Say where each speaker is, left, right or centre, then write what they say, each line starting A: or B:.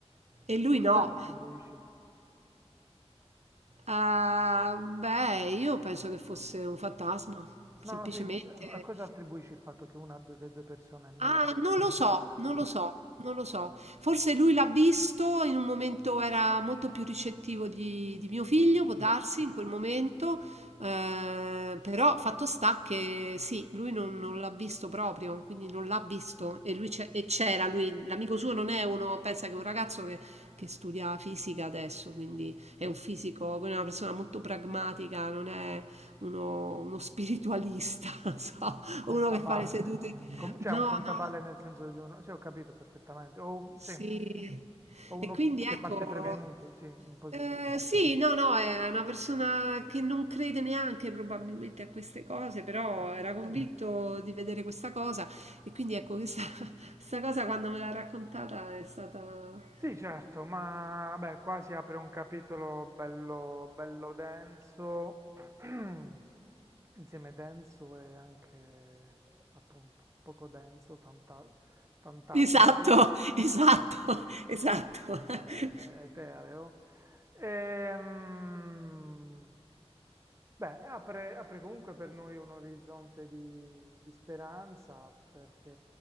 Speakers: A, on the right (about 85°); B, on the right (about 25°).
A: E lui
B: A cosa
A: no.
B: lo attribuisci?
A: Ah, beh, io penso che fosse un fantasma,
B: No,
A: semplicemente.
B: no, sì, di- a cosa attribuisci il fatto che una de- delle due persone non
A: Ah,
B: l'abbia visto
A: non lo so,
B: o viceversa?
A: non lo so, non lo so. Forse lui l'ha visto, in un momento era molto più ricettivo di, di mio figlio,
B: Bravissimo.
A: può darsi, in quel momento, eh, però fatto sta che sì, lui non, non l'ha visto proprio, quindi non l'ha visto e lui c'è- e c'era, lui, l'amico suo non è uno, pensa che è un ragazzo che, che studia fisica adesso, quindi è un fisico, quindi è una persona molto pragmatica, non è uno, uno spiritualista, <laughs> so.
B: Un contaballe.
A: Uno che fa le sedute
B: Com- cioè
A: no,
B: un contaballe
A: no,
B: nel senso di uno... Sì, ho capito perfettamente. O, un-
A: sì.
B: sì. O uno
A: E quindi
B: che
A: ecco
B: parte prevenuto, sì, in positivo.
A: ehm, sì,
B: Mm.
A: no, no, è una persona che non crede neanche probabilmente a queste cose, però
B: Sì.
A: era convinto di vedere questa cosa e quindi ecco questa, <laughs> questa cosa quando me l'ha raccontata è stata...
B: Sì, certo, ma beh, qua si apre un capitolo bello, bello denso, <clears throat> insieme denso e anche appunto poco denso, fanta- fantasmico
A: Esatto, <laughs> esatto,
B: <laughs>
A: <laughs> esatto.
B: eh,
A: <laughs>
B: etereo. Ehm, Beh, apre, apre comunque per noi un orizzonte di, di speranza, perché